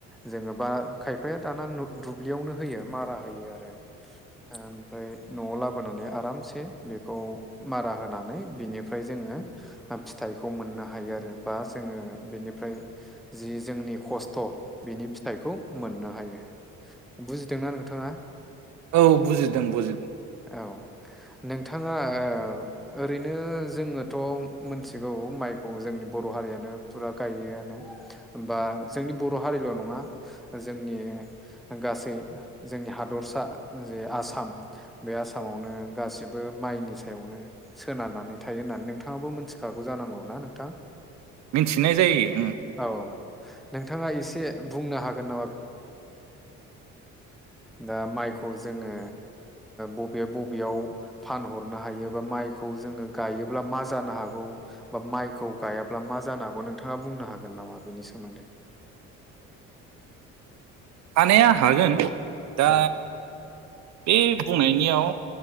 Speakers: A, in the centre; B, on the right.
A: जोङो बा खायफाया दा ना दु-दुब्लियावनो होयो मारा होयो आरो। ओमफ्राय न'आव लाबोनानै आरामसे बेखौ मारा होनानै बिनिफ्राय जोङो फिथाइखौ मोननो हायो आरो बा जोङो बिनिफ्राय जि जोंनि खस्थ' बिनि फिथाइखौ मोननो हायो। बुजिदोंना नोंथाङा?
B: औ बुजिदों बुजिदों।
A: औ नोंथाङा ओ ओरैनो जोङोथ' मोनथिगौ माइखौ जोंनि बर' हारियानो फुरा गायोआनो बा जोंनि बर' हारिल' नङा जोंनि गासै जोंनि हादरसा जे आसाम बे आसामावनो गासिबो माइनि सायावनो सोनार नानै थायो होननानै नोंथाङाबो मिथिखागौ जा नंगौ ना नोंथां?
B: मिथिनाय जायो उम
A: औ नोंथाङा एसे बुंनो हागोन नामा? दा माइखौ जोङो बबे बबेयाव फानहरनो हायोबा माइखौ जोङो गायोब्ला मा जानो हागौ बा माइखौ गायाब्ला मा जानो हागौ नोंथाङा बुंनो हा हागोन नामा बेनि सोमोन्दै?
B: हानाया हागोन दा
A: औ
B: बे बुंनायनियाव